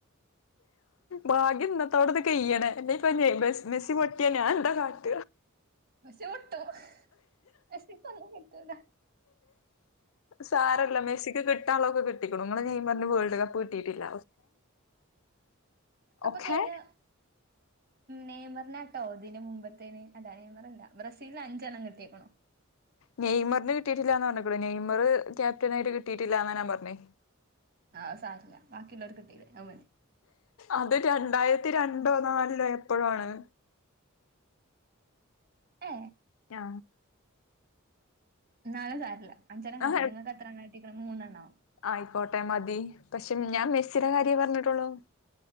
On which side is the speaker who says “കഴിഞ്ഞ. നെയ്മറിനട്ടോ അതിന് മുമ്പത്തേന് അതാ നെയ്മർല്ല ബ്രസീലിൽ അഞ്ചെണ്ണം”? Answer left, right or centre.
Right